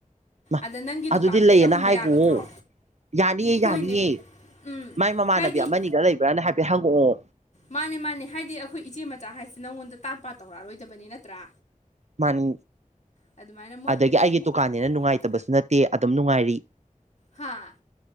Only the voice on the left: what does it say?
ꯑꯗ ꯅꯪꯒꯤ
ꯗꯨꯀꯥꯟꯗꯨꯗ
ꯌꯥꯎꯍꯟꯕ
ꯌꯥꯒꯗ꯭ꯔꯣ
ꯍꯣꯏꯅꯦ
ꯎꯝ
ꯍꯥꯏꯗꯤ
ꯃꯥꯅꯦ ꯃꯥꯅꯦ ꯍꯥꯏꯗꯤ ꯑꯈꯣꯏ ꯏꯆꯦ ꯃꯆꯥ ꯍꯥꯏꯁꯦ ꯅꯪꯉꯣꯟꯗ ꯇꯥꯠ ꯄꯥꯠ ꯇꯧꯔꯛꯑꯔꯣꯏꯗꯕꯅꯦ ꯅꯠꯇ꯭ꯔꯥ
ꯑꯗꯨꯃꯥꯏꯅ ꯃꯣꯏ
ꯑꯣꯏꯅ
ꯊꯝꯍꯧꯕꯅ
ꯐꯅꯤꯕ
ꯍꯥꯥ